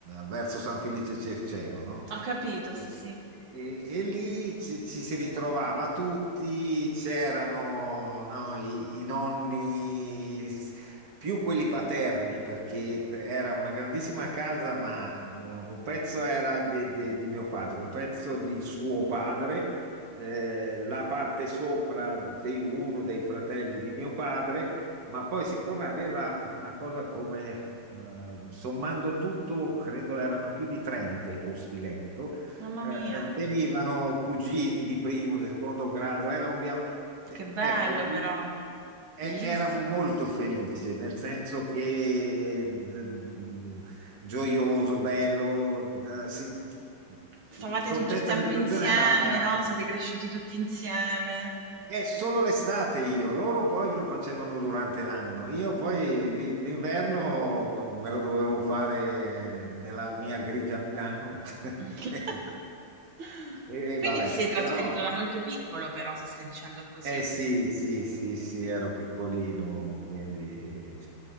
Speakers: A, on the right (about 50°); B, on the right (about 75°).
A: verso San Felice Circeo, no?
B: Ho capito,
A: E,
B: sì, sì.
A: e- e lì ci, ci si ritrovava tutti, c'erano no, i, i nonni, s- più quelli paterni, perché era una grandissima casa, ma ma un pezzo era di, di- di mio padre, un pezzo di suo padre, eh, la parte sopra di uno dei fratelli di mio padre ma poi, siccome aveva una cosa come, eh, sommando tutto, credo erano più di 30 i posti letto,
B: Mamma
A: eh,
B: mia,
A: eh, venivano cugini di primo, di secondo grado, era un via... eh,
B: che bello
A: ecco,
B: però,
A: e-
B: bellissimo.
A: era molto felice, nel senso che d- mm, gioioso, bello, d- si-
B: Stavate
A: il contesto
B: tutto il tempo
A: della situazione
B: insieme,
A: era, era
B: no? Siete cresciuti tutti insieme.
A: è solo l'estate io, loro poi lo facevano durante l'anno, io poi l- l'inverno me lo dovevo fare nella mia grigia Milano.
B: <laughs>
A: <laughs> E
B: Quindi
A: vabbè,
B: ti sei trasferito
A: però,
B: da molto piccolo, però, se stai dicendo così.
A: eh sì, sì, sì, sì, ero piccolino, quindi eh,